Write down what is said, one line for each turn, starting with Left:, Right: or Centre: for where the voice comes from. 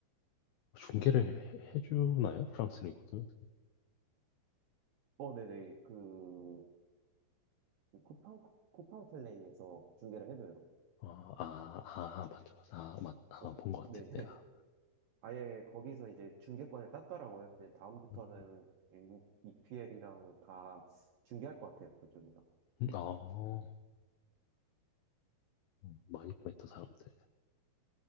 Left: 중계를 해, 해주나요? 프랑스 리그도?
Right: 어, 네네 그 쿠팡 쿠팡 플레이에서 중계를 해줘요.
Left: 아, 아, 아, 맞죠. 아, 맞, 아,
Right: 어,
Left: 본 것
Right: 네네.
Left: 같아요. 내가.
Right: 아예 거기서 이제 중계권을 땄더라고요. 이제 다음부터는
Left: 음,
Right: EPL이랑 다 중계할 것 같아요. 그쪽에서.
Left: 음, 아, 음, 많이 보냈다, 사람들.